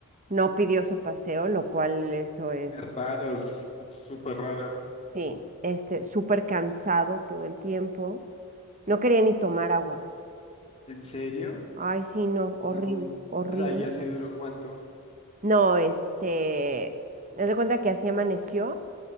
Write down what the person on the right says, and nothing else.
no pidió su paseo, lo cual eso es,
sí, este, súper cansado todo el tiempo, no quería ni tomar agua.
Ay, sí, no, horrible,
horrible.
horrible.
No, este, haz de cuenta que así amaneció,